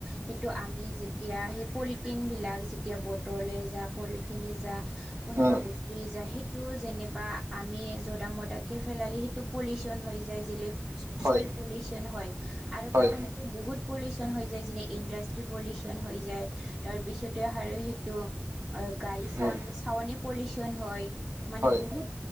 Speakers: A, in the centre; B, on the right (about 85°).
A: সেইটো আমি যেতিয়া, সেই পলিথিন বিলাক যেতিয়া বটলে যা পলিথিনে যা। কোনোবা
B: উম
A: বস্তুয়ে যায়, সেইটো যেনিবা আমিয়ে য'ত মদাকে ফেলালে সেইটো- পলিউশন হৈ যায় যেলে,
B: হয়
A: চইল পলিউচন হয়। আৰু
B: হয়
A: টাউন এতি বহুত পলিউশচন হৈ যায়। যেনে, ইণ্ডাষ্ট্ৰি পলিউচন হৈ যায়। তাৰ পিছতে হাৰে সেইটো। গাড়ী চাউণ্ড
B: উম
A: চাউণ্ড পলিউচন হয়। মানে
B: হয়
A: বহুত